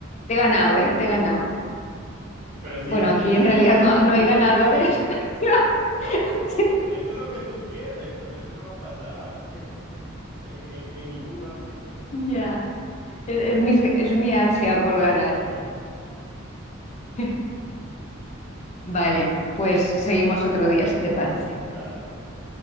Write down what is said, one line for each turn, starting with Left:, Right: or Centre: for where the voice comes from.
Left: Te he ganado, ¿eh? Te he ganado.
Right: Pero sí,
Left: Bueno,
Right: aquí
Left: aquí
Right: nadie
Left: en realidad
Right: gana,
Left: no, no
Right: aquí
Left: hay
Right: nadie
Left: ganadores.
Right: gana y pierde. <laughs>
Left: <laughs>
Right: Es- Eso es lo que tú quieres, pero eso no va a pasar <laughs> en, en ningún ámbito.
Left: Ya. Es, es mis- es mi ansia por ganar.
Right: Ya, ya.
Left: <laughs> Vale, pues seguimos otro día, si te parece.
Right: Claro, claro.